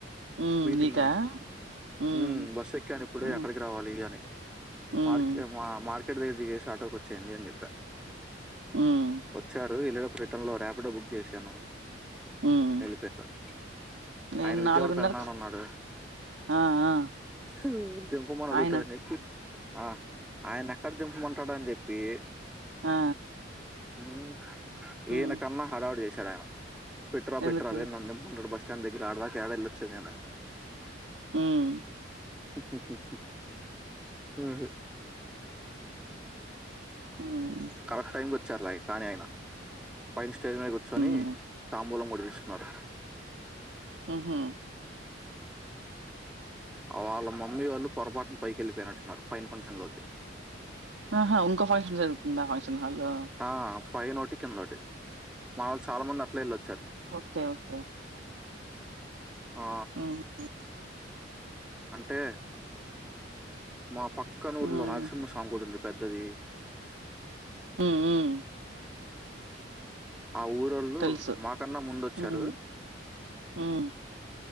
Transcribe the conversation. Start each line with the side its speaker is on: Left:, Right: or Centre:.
Right: ఉమ్
Centre: మీటింగ్
Right: నీకా
Centre: నుంచి
Right: ఉమ్
Centre: ఉం బస్సు ఎక్కాను ఇప్పుడే
Right: ఉమ్
Centre: ఎక్కడికి రావాలి అని
Right: ఉమ్
Centre: మార్కేట్ మార్కెట్ దగ్గర దిగేసి ఆటో కి వచ్చేయండి అని చెప్పా
Right: ఉమ్
Centre: వచ్చారు వెళ్ళేటప్పుడు రిటన్లో ర్యాపిడో బుక్ చేశాను
Right: ఉమ్
Centre: వెళ్లి పోయారు
Right: నేను
Centre: ఆయన విజయవాడ
Right: నాలుగున్నరకు
Centre: పెదనాన ఉన్నాడు
Right: ఆ ఆ
Centre: ఉం దింపమని అడుగుతా
Right: ఆయన
Centre: అని ఎక్కి ఆ ఆయన ఎక్కడ దింపమంటాడో అని చెప్పి
Right: ఆ
Centre: ఉం ఈయన
Right: ఉమ్
Centre: కన్నా హడావుడి చేశాడు ఆయన పెట్ర
Right: ఎందుకు
Centre: పెట్ర అదే నన్ను దింప మన్నాడ్ బస్ బస్టాండ్ దగ్గర అడ దాకా ఎడ వెల్లోచేను అని
Right: ఉం
Centre: <inaudible>
Right: ఉమ్
Centre: కరెక్ట్ టైంకి వచ్చారులే కానీ ఆయన పైన స్టేజ్ మీద కూర్చొని
Right: ఉమ్
Centre: తాంబూలం కూడా తీసుకున్నారు
Right: ఉ హమ్
Centre: వాళ్ల మో మమ్మీ వాళ్ళు పొరపాటున పైకె ళ్ళి పోయినట్టున్నారు ఫైన ఫంక్షన్ లోకి
Right: ఆహా ఇంకో ఫంక్షన్ జరుగుతుందా ఫంక్షన్ హాల్లో
Centre: ఆ పైన ఒకటి కింద ఒకటి మా వాళు చాలా మంది అట్లే వెళ్ళ
Right: ఓకే ఓకే
Centre: ఆ
Right: ఉం ఉం
Centre: అంటే మా పక్కనఊరులో
Right: ఉమ్
Centre: నరసింహ స్వామి గుడీ ఉంది పెద్దది
Right: ఉం ఉం
Centre: ఆ ఊరోళ్ళు
Right: తెలుసు
Centre: మాకన్నా ముందొచ్చారు
Right: ఉమ్ ఉమ్